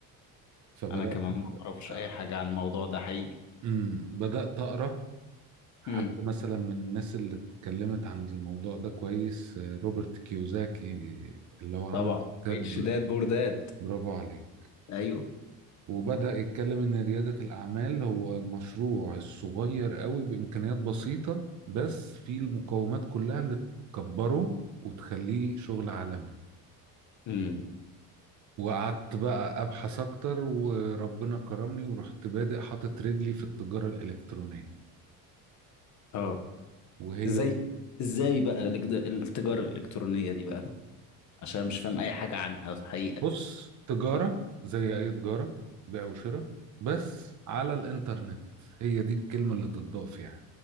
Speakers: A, on the right; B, on the left.
A: فبدأت
B: انا كمان
A: اقرا
B: ما اعرفش
A: آه،
B: اي حاجه عن الموضوع ده حقيقي
A: أمم، بدأت اقرا حد
B: امم
A: مثلا من الناس اللي اتكلمت عن الموضوع ده كويس آه، روبرت كيوزاكي اللي هو عمل
B: طبعا
A: كتاب
B: اتش داد بورداد
A: برافو عليه
B: ايوه
A: وبدأ يتكلم إن ريادة الأعمال هو المشروع الصغير قوي بإمكانيات بسيطة بس فيه المقومات كلها اللي تكبره وتخليه شغل عالمي
B: امم
A: وقعدت بقى أبحث أكتر وربنا كرمني ورحت بادئ حاطط رجلي في التجارة الإلكترونية
B: اه
A: وهي
B: زي ازاي بقى الإجد- التجاره الالكترونيه دي بقى عشان مش فاهم اي حاجه عنها في الحقيقه
A: بص تجارة زي أي تجارة بيع وشراء بس على الإنترنت هي دي الكلمة اللي تضاف يعني